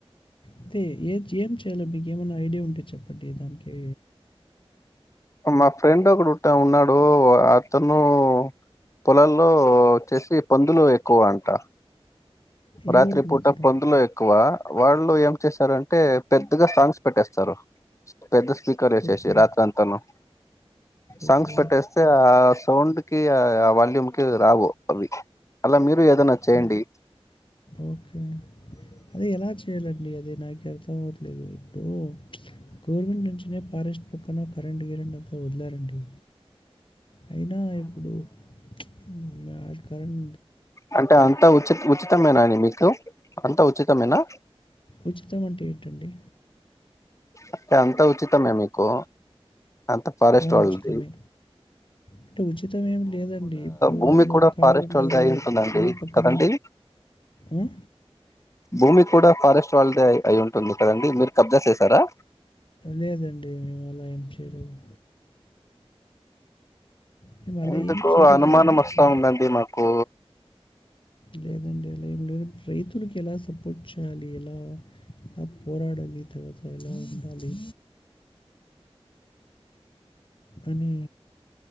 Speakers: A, on the left; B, on the left.
A: అదీ ఏద్ ఏం చేయాలో మీకేమన్నా ఐడియా ఉంటే చెప్పండి దానికీ
B: అ మా ఫ్రెండ్ ఒకడు ఉట్ట ఉన్నాడూ అతను పొలంల్లో చేసి పందులు ఎక్కువంట
A: ఏ
B: రాత్రి
A: ఊరండి
B: పూట
A: అతను
B: పందులు ఎక్కువ వాళ్ళు ఏం చేశారంటే పెద్ ద్ద సాంగ్స్ పెట్టేస్తారు పెద్ద స్పీకర్ ఎశేషి
A: ఓకే
B: రాత్రంతాను
A: ఓకే
B: సాంగ్స్ పెట్టేస్తే ఆ సౌండ్ కి ఆ వాల్యూమ్ కి రావు అవి అలా మీరు ఏదన్నా చేయండి
A: ఓ ఓకే అదే ఎలా చేయాలండి అది నాకి అర్థం అవట్లేదు ఇప్పుడు గవర్నమెంట్ నుంచినే పారెస్ట్ పక్కన కరెంటు గిరంటూ అంత వదిలారండి అయినా ఇప్పుడు <unintelligible> కరణ్
B: అంటే అంత ఉచిత్ ఉచితమేనా అండి మీకు అంత ఉచితమేనా
A: ఉచితం అంటే ఏంటండి
B: అంటే అంత ఉచితమే మీకు అంత ఫారెస్ట్
A: ఆ,
B: వాళ్ది
A: ఉచితమే అంటే ఉచితం ఏమి లేదండి ఇప్పుడు
B: భూమి
A: వాళ్ళు
B: కూడా
A: కావలి
B: ఫారెస్ట్
A: ఉంటారు
B: వాళ్ళది అయి ఉంటుందండి
A: ఊరు పక్కన
B: కదండి
A: ఉ
B: భూమి కూడా ఫారెస్ట్ వాళ్ళదే అయి ఉంటుంది కదండి మీరు కబ్జా చేసారా
A: లేదండి మేము అలా ఏం చేయలేదు మేము అలా
B: ఎందుకో
A: ఏం చేయలేదు
B: అనుమానం
A: కానీ
B: వస్తా
A: మ్,
B: ఉందండి మాకు
A: లేదండి అలా ఏం లేదు రైతులకి ఎలా సపోట్ చేయాలి ఎలా ఎలా పోరాడాలి తర్వాత ఎలా ఉండాలి అని